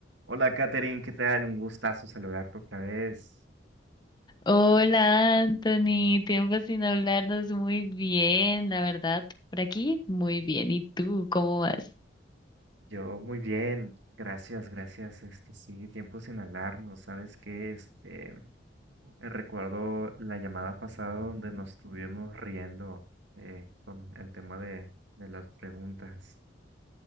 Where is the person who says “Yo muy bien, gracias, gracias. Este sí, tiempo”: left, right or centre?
Right